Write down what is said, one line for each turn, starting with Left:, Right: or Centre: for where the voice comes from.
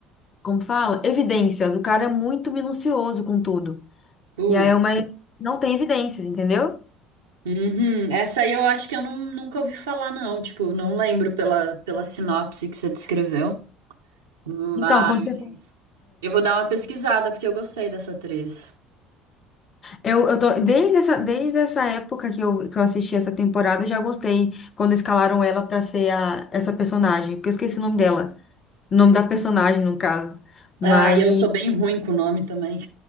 Left: como fala, evidências. O cara é muito minucioso com tudo.
Right: tudo.
Left: E aí é uma, não tem evidências, entendeu?
Right: Uhum. Essa aí eu acho que eu não, nunca ouvi falar, não. Tipo, não lembro pela, pela sinopse que você descreveu. Mas
Left: Então, quando você for-
Right: eu vou dar uma pesquisada porque eu gostei dessa atriz.
Left: Eu, eu tô, desde essa, desde essa época que eu, que eu assisti essa temporada, eu já gostei quando escalaram ela pra ser a, essa personagem, porque eu esqueci o nome dela, o nome da personagem, no caso. Mas,
Right: Ah, e eu sou bem ruim com o nome também.